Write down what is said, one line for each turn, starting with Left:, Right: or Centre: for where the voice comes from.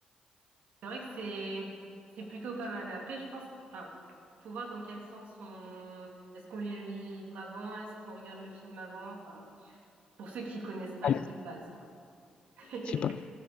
Right: c'est vrai que c'est c'est plutôt pas mal. Mais après, je pense, enfin, faut voir dans quel sens on. Est-ce qu'on lit le livre avant? Est-ce qu'on regarde le film avant? Enfin, pour ceux qui connaissent pas
Left: Allez,
Right: de base, quoi. <laughs>
Left: c'est pas.